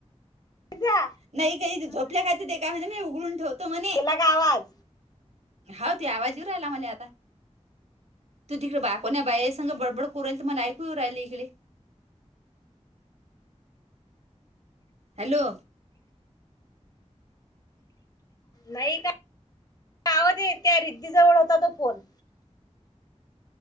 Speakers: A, on the left (about 30°); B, on the right (about 65°).
A: पूझा
B: नाही काही झोपल्या काय ते का म्ह मी उघडून ठेवतो म्हणे
A: गेला का आवाज
B: हाव ते आवाज ऐवू राहिला म्हले आता तू तिकडे बाया कोण्या बाईस सगं बडबड कोरुत मला ऐकूऊ राहिली इकडे हॅलो
A: नाही का आवज ये त्या रिद्दी जवळ होता तो फोन